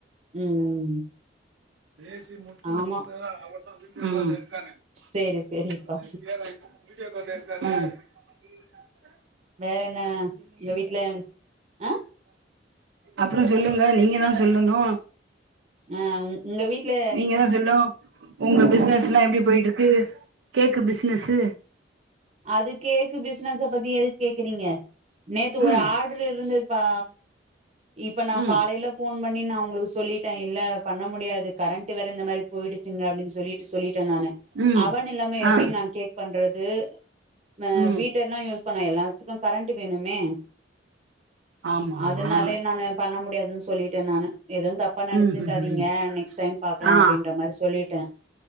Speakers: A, on the right; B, on the right.
A: ம் ம்
B: ம்
A: ஆமா சேரி சேரிப்பா
B: ம்
A: வேற என்ன எங்க வீட்ல ஆ
B: அப்றோ சொல்லுங்க நீங்க தா சொல்லணு
A: ஆ உங்க வீட்ல
B: நீங்க தா சொல்லு உங்க பிசினஸ் எல்லா எப்டி போயிட்டு இருக்கு கேக்கு பிசினஸ்சு
A: அது கேக்கு பிசினஸ் பத்தி எதுக்கு கேக்குறீங்க நேத்து ஒரு
B: ம்
A: ஆட் டறு இருந்ததுப்பா இப்ப நா
B: ம்
A: காலையில ஃபோன் பண்ணி நா அங்களுக்கு சொல்லிட்டே இல்ல பண்ண முடியாது கரண்ட்டு வேற இந்த மாரி போயிடுச்சுங்க அப்டின்னு சொல்லிட்டு சொல்லிட்டே நானே
B: ம்
A: அவன் இல்லாம எப்டி
B: ஆ
A: நா கேக் பண்றது ஆ நா
B: ம்
A: பீட்டர்லா யூஸ் பண்ண எல்லாத்துக்கு கரண்ட்டு வேணுமே
B: ஆமாமா
A: அதனாலயே நானு பண்ண முடியாதுன்னு சொல்லிட்டே நானு எதும் தப் தப்பா நெனச்சிக்காதீங்க
B: ம் ம் ம்
A: நெக்ஸ்ட் டைம் பாக்கலா
B: ஆ
A: அப்டின்ற மாரி சொல்லிட்டே